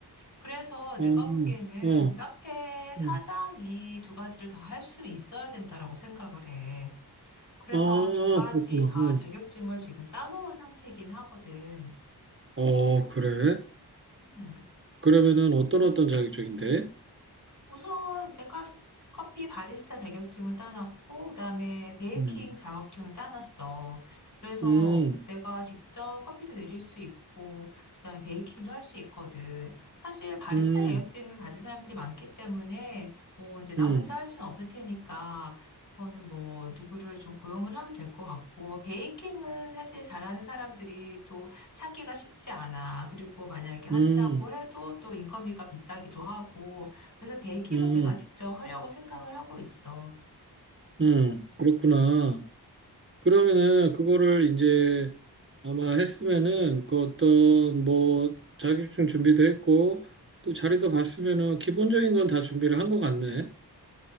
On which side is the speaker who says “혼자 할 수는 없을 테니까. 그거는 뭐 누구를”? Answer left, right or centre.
Left